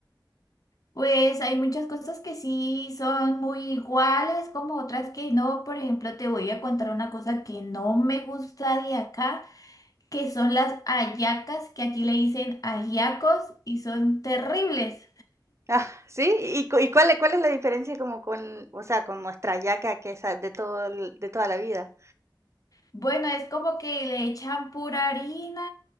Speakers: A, on the left (about 45°); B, on the right (about 35°).
A: Pues hay muchas cosas que sí son muy iguales, como otras que no. Por ejemplo, te voy a contar una cosa que no me gusta de acá, que son las hallacas, que aquí le dicen ajiacos y son terribles.
B: Ah, sí, ¿y, cu- y cuál, cuál es la diferencia como con, o sea, con nuestra yaca que es de todo, el- de toda la vida?
A: Bueno, es como que le echan pura harina